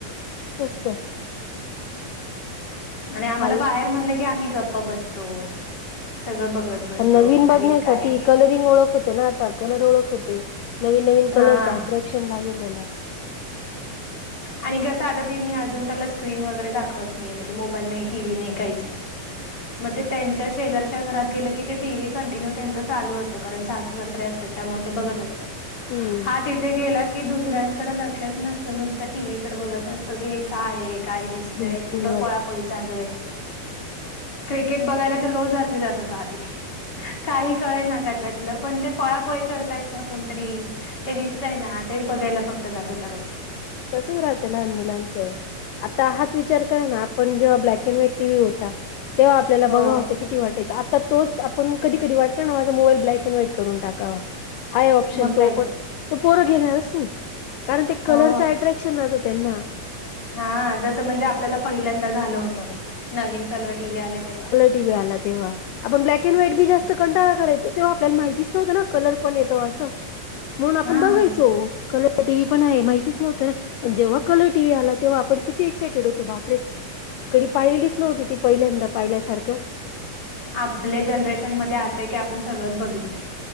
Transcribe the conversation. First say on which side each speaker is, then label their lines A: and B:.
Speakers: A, on the left; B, on the left.
A: तेच तर
B: आणि आम्हाला
A: आई
B: बाहेर म्हणलं की आम्ही गप्प बसतो सगळं बघत. बसतो
A: नवीन बघण्यासाठी
B: काय आहे.
A: कलरिंग ओळख होते ना आता कलर ओळख होते नवीन नवीन
B: हा.
A: कलरच अट्रॅक्शन लागेलय.
B: आणि कसं आता ति अजून त्याला स्क्रीन वगैरे दाखवत नाहीे म्हणजे मोबाईल नाही टी व्ही नाही काहीच नाही मग ते त्यांच्या शेजारच्या घरात गेलं की ते टीव्ही कंटिन्यू त्यांच चालू असतो कारण सासू ससर असतात. त्यामुळे ते बघत असतात
A: हम्म
B: हा तिथे गेला की दुसऱ्यांकडे लक्षच नसत. नुसतं टीव्ही कडे बघत असतो की हे काय आहे काय दिसतय
A: ग्रीन स्क्रीन
B: कुठं
A: वर
B: पळापळी चालू आहे. क्रिकेट बघायला तर रोज रात्री जात होता आधी काही कळे ना का त्यातलं. पण ते पळापळी करतायत ना कोणतरी ते दिसतय ना तेच बघायला फक्त जात होता रोज.
A: तसच राहतं लहान मुलांच आता हाच विचार कर ना पण जेव्हा black and white T V होता तेव्हा आपल्याला
B: हो
A: बघाव असं कि वाटायचं आता तोचण कधी वाटतो ना माझ मोबाईल ब्लॅक अड व्हाईट करून टाकावा. हाय ऑप्शन
B: मग
A: तो
B: काहीतरी
A: पण त पोरं घेणारच नाही कारण ते कलरचा
B: हो
A: न राहात त्यांना.
B: हा जसं म्हणजे आपल्याला पहिल्यांदा झालं होतं नवीन कलर टी व्ही आले तेव्हा.
A: टी व्ही आला तेव्हा. आपण ब्लॅक अँड व्हाईट बी जास्त कंटळा करायचो तो आपल्याला माहितीच नव्हतं ना कलर पण येतो असं. म्हणून आपण
B: हा
A: बघायचो क टीव्ही पण आहे माहितीच नव्हतं ना जेव्हा कलर टीव्ही आला तेव्हा आपण किती एक्सायटेड होतो बापरे. कधी पाहिलेलीच नव्हती ती पहिल्यांदा पाहिल्यासारखं.
B: आपल्या जनरेशन मध्ये असंय की आपण सगळंच बघितलंय